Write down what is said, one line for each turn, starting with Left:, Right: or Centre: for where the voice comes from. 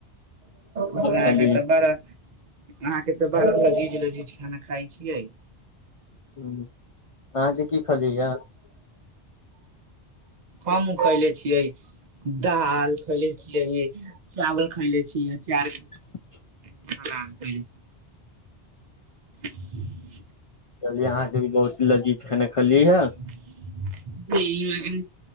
Right: कहां
Left: खेली
Right: के त बर अहाँ के तऽ बार चीज लजीज खाना खा य छियै
Left: हूं अहाँके की खलि य
Right: हम उ खैले छियै दाल खैले छियै, चावल खैले छीयै अचार।
Left: <inaudible>
Right: ह, चली। <inaudible>
Left: चल अहाँकेँ भी बहुत लजीज खाना खली ह
Right: <unintelligible>